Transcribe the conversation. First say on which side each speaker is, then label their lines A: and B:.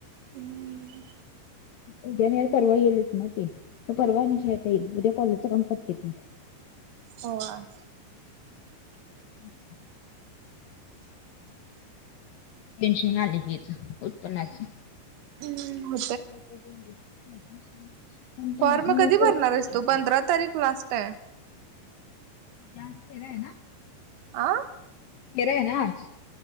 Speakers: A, on the right; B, on the left.
A: हम्मं
B: उद्यां नाहीं परवा येईलचं नां ते तरं परवा आणि खेळतां येईल उद्यां कॉलेजचं कामं करते मी
A: हो आं
B: <inaudible> <unintelligible> टेन्शन आलं येचं उत्पन्नाचं
A: हम्मं
B: <inaudible> <unintelligible>
A: फॉर्म
B: मला
A: कधीं
B: असं
A: भरणांरस तो पंधरा तारीख लास्टं आहे
B: लास्टं तेरां आहे नां
A: आं
B: तेरां ये नां आंज